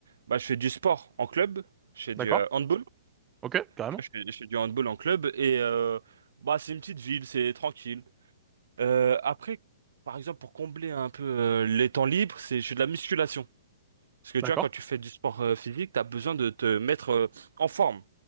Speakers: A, on the right; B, on the right.
A: Bah, je fais du sport en club. Je fais du
B: d'accord.
A: euh, handball.
B: Ok, carrément.
A: Tu vois, je fais, je fais du handball en club et euh, bah, c'est une petite ville, c'est tranquille. Euh, après, par exemple, pour combler un peu euh, les temps libres, c'est, je fais de la musculation. Parce que tu
B: D'accord.
A: vois, quand tu fais du sport euh, physique, tu as besoin de te mettre euh, en forme.